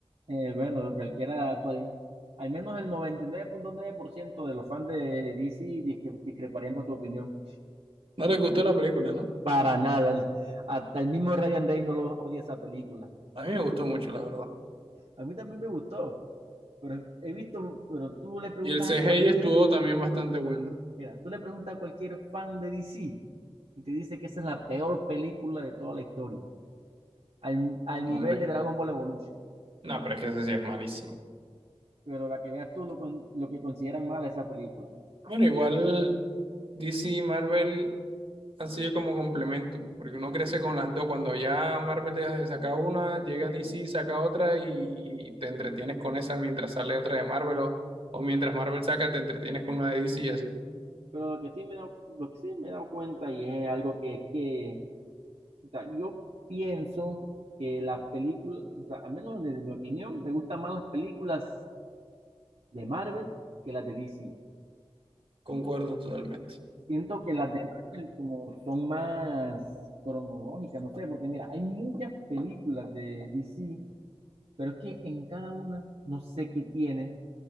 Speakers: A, on the right; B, on the right.
A: Eh, bueno, cualquiera, cual, al menos el noventa y nueve nueve punto nueve por ciento de los fans de, de DC discre- discreparían con tu opinión.
B: No les gustó la película, ¿no?
A: Para nada. el- Hasta el mismo Ryan Reynolds no lo- odia esa película.
B: A mí me gustó mucho, la verdad.
A: A mí también me gustó, pero he visto, pero tú le preguntas
B: Y el C
A: a
B: CGI
A: cualquier,
B: estuvo también bastante bueno.
A: mira, tú le preguntas a cualquier fan de DC y te dice que esa es la peor película de toda la historia, al, al
B: No,
A: nivel
B: hombre.
A: de Dragon Ball Evolution.
B: No, pero es que ese sí es malísimo.
A: Pero para que veas tú lo, con- lo que consideran mala esa película.
B: Bueno, igual D C y Marvel han sido como complemento, porque uno crece con las dos. Cuando ya Marvel deja de sacar una, llega D C saca otra y, y te entretienes con esa mientras sale otra de Marvel o, o mientras Marvel saca, te entretienes con una de D C. y así.
A: Pero lo que sí me he dado, lo que sí me he dado cuenta y es algo que, que o sea, yo pienso que las películas, o sea, al menos desde mi opinión, me gustan más las películas de Marvel que las de DC.
B: Concuerdo totalmente.
A: Siento que las de Marvel como son más cronológicas, no sé, porque mira, hay muchas películas de DC, pero es que en cada una no sé qué tiene,